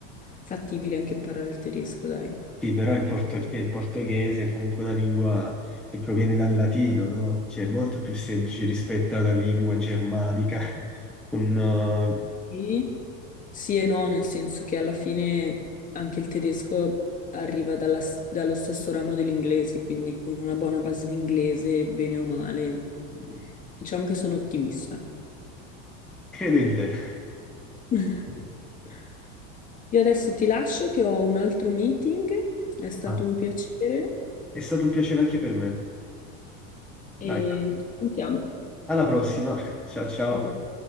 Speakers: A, on the left (about 25°); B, in the centre.
A: fattibile anche imparare il tedesco, dai.
B: Sì, però il, porto- il portoghese è comunque una lingua che proviene dal latino, no? Cioè è molto più semplice rispetto alla lingua germanica, <laughs> con... eh,
A: Sì, Sì e no, nel senso che alla fine anche il tedesco arriva dalla s- dallo stesso ramo dell'inglese, quindi con una buona base di inglese, bene o male,
B: <laughs>
A: diciamo che sono ottimista.
B: Credo in te.
A: <laughs> Io adesso ti lascio che ho un altro meeting, è stato
B: Ah,
A: un piacere
B: è stato un piacere anche per me.
A: e
B: Dai,
A: ci sentiamo.
B: alla prossima. Ciao ciao.
A: Alla prossima.